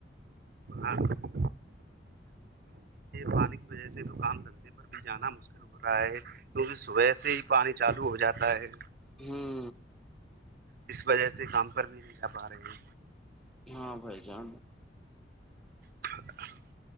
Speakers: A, on the right; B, in the centre.
A: آ <inaudible> پانی وجہ سے دکان دندے پر بھی جانا مشکل ہو رہا ہے کیونکہ صبح سے ہی پانی چالو ہو جاتا ہے
B: ہاں
A: اس وجہ سے کام کر بھی نہیں جا پا رہے ہے
B: ہاں بھائی جان
A: <inaudible>